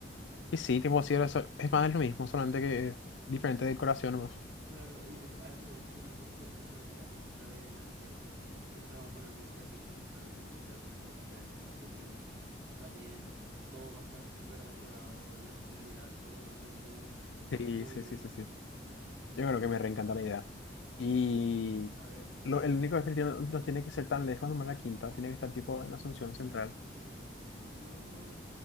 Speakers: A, on the left; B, on the right.
A: Y sí, tipo así, era eso- es más es lo mismo, solamente que diferente decoración nomás.
B: Claro, y eso- a eso voy, tipo la música siempre suele ser la misma otra vez, la de siempre. Nosotros vamos a poner música así espeluznante, música con temática de Halloween. También todo va a estar súper decorado, las vibras, todo va a ser muy,
A: Sí,
B: muy
A: sí,
B: bueno.
A: sí, sí, sí. Yo creo que me reencanta la idea. Y
B: Yo también. A ver,
A: lo, el único es que tiene- no tiene que ser tan lejos, nomás la quinta. Tiene que estar tipo en Asunción Central.
B: si yo